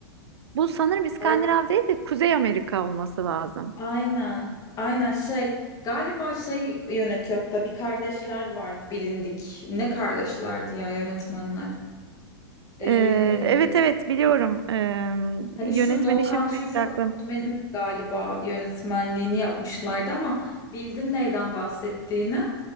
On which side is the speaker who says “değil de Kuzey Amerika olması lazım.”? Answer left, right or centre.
Right